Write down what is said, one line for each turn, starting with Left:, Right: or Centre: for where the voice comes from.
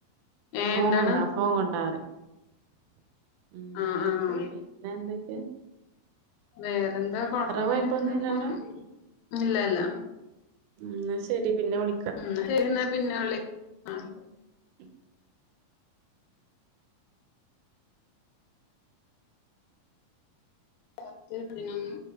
Left: ഏഹ്
Right: ഫോൺകണ്ടാ
Left: എന്താണ്?
Right: ഫോൺകണ്ടാറയും ഉം
Left: ആഹ്
Right: ഉം
Left: ആഹ്.
Right: പിന്നെ എന്തൊക്കെയാ
Left: വേറെന്താ കൊഴപ്പൊന്നുല്ല
Right: കൊഴപ്പൊന്നുല്ലല്ലോ
Left: ഇങ്ങനെ പോന്നു ഇല്ലില്ല
Right: എന്ന ശരി പിന്നെ വിള
Left: ഉം എന്നാ ശരിയന്ന പിന്നെ വിളി ആഹ് <unintelligible>
Right: ഉം
Left: പത്ത് പതിനൊന്ന്